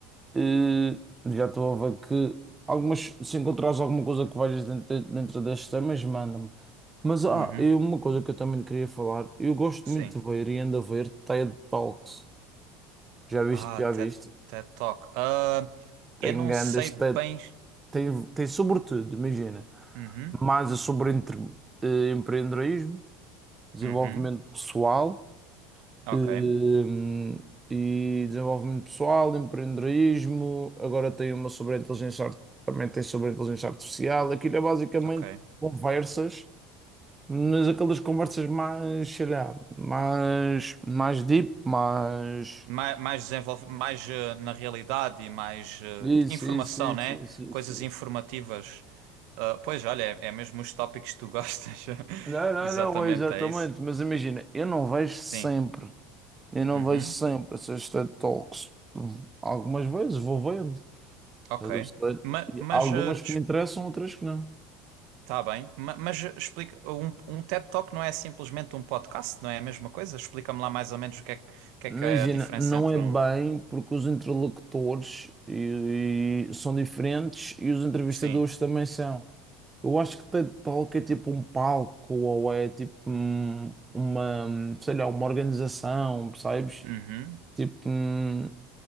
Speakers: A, on the right; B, on the right.
A: Eh, já estou a ver que algumas, se encontrares alguma coisa que valhas dentro, dentro destes temas, manda-me. Mas ah,
B: Uhum.
A: e uma coisa que eu também queria falar, eu gosto
B: Sim.
A: muito de ver e ando a ver TED Talks. Já viste,
B: Ah,
A: já
B: TED,
A: viste?
B: TED Talk. Ah,
A: Tem
B: eu não
A: grandes
B: sei
A: TED,
B: bem.
A: tem, tem sobretudo, imagina,
B: Uhum.
A: mais é sobre entre, eh, empreendedorismo, desenvolvimento
B: Uhum.
A: pessoal.
B: Ok.
A: Hum, e desenvolvimento pessoal, empreendedorismo, agora tem uma sobre a inteligência, art- também tem sobre a inteligência artificial. Aquilo é basicamente
B: Ok.
A: conversas, mas aquelas conversas mais, sei lá, mais, mais deep, mais.
B: Mais, mais desenvolve, mais eh, na realidade e mais eh,
A: Isso,
B: informação,
A: isso, isso,
B: né?
A: isso, isso.
B: Coisas
A: isso.
B: informativas. Ah, pois, olha, é, é mesmo os tópicos que tu gostas. <laughs>
A: Não, não,
B: Exatamente,
A: não, é exatamente,
B: é isso.
A: mas imagina, eu não vejo sempre,
B: Sim.
A: eu não
B: Uhum.
A: vejo sempre essas TED Talks. Algumas vezes vou vendo.
B: Ok.
A: Estás a perceber?
B: Ma-
A: E
B: mas
A: há algumas
B: eh,
A: que me interessam, outras que não.
B: Tá bem, ma- mas explica, um, um TED Talk não é simplesmente um podcast, não é a mesma coisa? Explica-me lá mais ou menos o que é, que o que é
A: Imagina,
B: que é a diferença
A: não
B: entre
A: é bem
B: um.
A: porque os interlocutores e- e são diferentes e os entrevistadores
B: Sim.
A: também são. Eu acho que TED Talk é tipo um palco ou é tipo um- uma, sei lá, uma organização, percebes?
B: Uhum.
A: Tipo, hum,